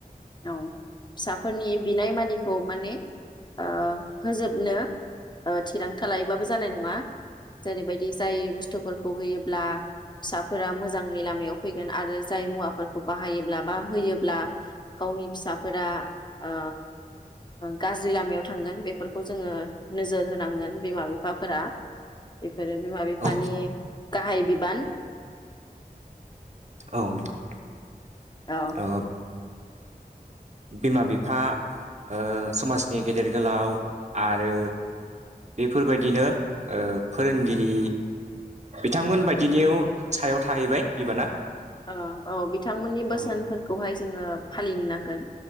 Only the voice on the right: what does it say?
औ
औ नंगौ
ओ बिमा बिफा ओ समाज नि गेदेर गोलाव आरो बेफोरबायदिनो ओ फोरोंगिरि बिथांमोन
बायदिनियाव सायाव थाहैबाय बिबाना।
औ